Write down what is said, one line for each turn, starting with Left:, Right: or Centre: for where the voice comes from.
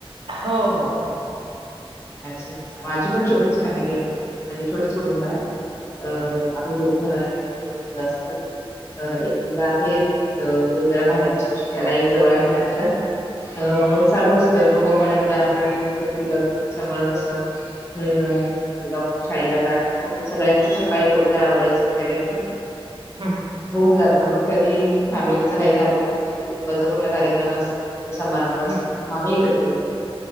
Right: हो हो हो.
Left: अच्छा अच्छा माझी पण छोटीच फॅमिली आहे. माझे छोटेच कुटुंब आहे, अं आम्ही दोघं आहे, आणि दोन मुलं असतात. अ एक मुलगा आहे, तो जरा बाहेर असतो शिकायला एक जवळ आहे, आमच्या. त मग चालू असतं दोघं पण आता आपण नोकरी करतो. त्याच्यामुळ कस <unintelligible> आणि मुगा पण शाळेला जा सगळ्यांच सकाळी लवकर आवरत करायचं वगरे पण
Right: हम्म
Left: होऊन जात. तर मग कधी फॅमिलीचा काही कार्यक्रम म्हणजे कुटुंबाचा कुठला कार्यक्रम असले समारंभ असेल
Right: हम्म
Left: तर मग एकत येतो.